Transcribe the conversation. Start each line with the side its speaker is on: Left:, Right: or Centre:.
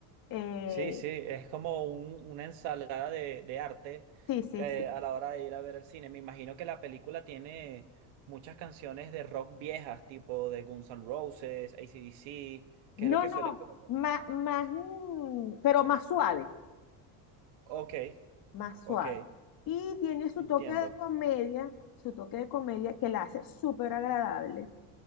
Left: Eh,
Right: Sí, sí, es como un- una ensalada de, de arte
Left: sí, sí,
Right: que
Left: sí.
Right: a la hora de ir a ver el cine. Me imagino que la película tiene muchas canciones de rock viejas, tipo de Guns N' Roses, AC/DC, que
Left: No,
Right: es lo que
Left: no,
Right: suelen colocar.
Left: más, más, mm, pero más suave.
Right: Ok,
Left: más
Right: ok,
Left: suave. Y tiene su
Right: entiendo.
Left: toque de comedia, su toque de comedia que la hace súper agradable.